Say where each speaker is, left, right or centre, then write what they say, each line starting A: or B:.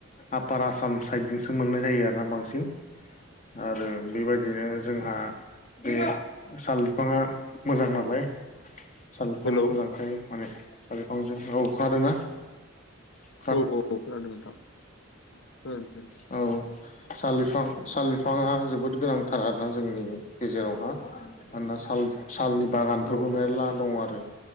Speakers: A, on the left; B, on the left.
A: आफार आसाम साइडजोंसो मोननाय जायो आरोना बांसिन आरो बेबायदिनो जोंहा बे साल बिफाङा मोजां नालाय साल बिफाङा
B: हेलौ
A: मोजांखायो माने साल बिफांजों <unintelligible>
B: औ औ औ खोनादों नोंथां <unintelligible>
A: औ साल बिफां साल बिफाङा जोबोद गोनांथार आरोना जोंनि गेजेरावहा मानोना साल सालनि बागानफोरबो
B: औ
A: मेरला दङ आरो